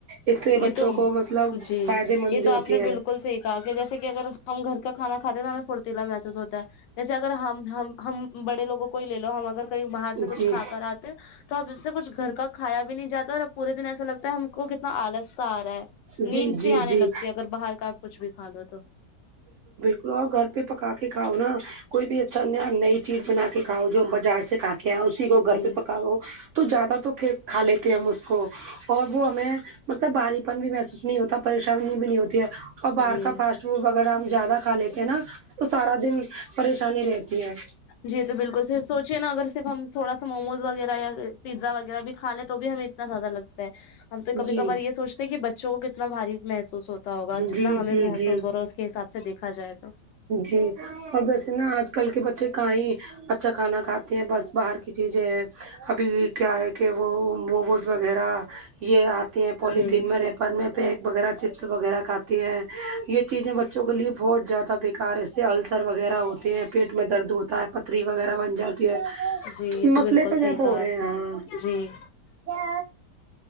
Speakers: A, on the right; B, on the left.
A: اس سے
B: یہ
A: بچوں
B: تو
A: کو مطلب
B: جی
A: فائدے مند
B: یہ
A: بھی
B: تو
A: ہوتی
B: آپ نے
A: ہے
B: بالکل صیحی کہا کہ جیسے کہ اگر ہم گھر کا کھانا کھے تو ہمیں فرتیلا محسوس ہوتا ہے جیسے اگر ہم ہم ہم بڑے لوگوں کو ہی لے لو ہم اگر کہیں باہر سے کچھ
A: جی
B: کھا کر آ تو اس سے کچھ گھر کا کایا بھی نہیں جاتا اور اب پورے دن ایسا لگتا ہے ہم کو کتنا آلس سا آ رہا ہے
A: جی
B: نیند
A: جی
B: سے آنے
A: جی
B: لگتی ہے اگر باہر کا آپ کچھ بھی کھالو تو
A: وہ گھر پہ پکاکے کھاؤ نا کوئی بھی اچھا ن نئی چیز بنا کے کھاؤ جو بازار سے کھ کیا اسی کو گھر
B: جی
A: پہ پکاو تو زیادہ تو کھا لیتے ہم اس کو اور وہ ہمیں مطلب بھاری پن بھی محسوس نہیں ہوتا پریشانی بھی نہیں ہوتی ہے اور
B: جی
A: باہر کا فاس چ وغیرہ ہم زیادہ کھا لیتے ہیں نا تو سارا دن پریشانی رہتی ہے
B: جی تو بالکل صیعی سوچے نا اگر صرف ہم تھوڑا سا موموز وغیرہ یا پزا وغیرہ بھی کھاے تو تو بھی ہمیں اتنا زیادہ لگتا ہے ہم تو کبھی
A: جی
B: کبار یہ سوچتے ہیں کہ بچوں کو اتنا باری محسوس ہوتا ہوگا جتنا
A: جی
B: ہمیں
A: جی
B: محسوس
A: جی
B: ہو رہا ہے اس کے حساب سے دیکھا جائے تو
A: جی اور جیسے نا آج کل کے بچے کاں ہی اچھا کھانا کھاتے ہیں بس باہر کی چیزیں ہے ابھی کیا ہے کہ وہ موموز وغیرہ یہ آتی ہیں پوالتھین
B: جی
A: میں ریپر میں پیک وغیرہ چپس وغیرہ کھاتی ہیں یہ چیزیں بچوں کے لیے بہت زیادہ بکار ہے اسے السر وغیرہ ہوتے ہیں پیٹ میں درد ہوتا ہے پتھری وغیرہ بن جاتی ہے
B: جی یہ
A: تو مسئلے
B: بالکل
A: تو زیادہ
B: صحیح
A: ہو
B: کہا
A: رہے
B: آپ
A: ہے نا
B: نے جی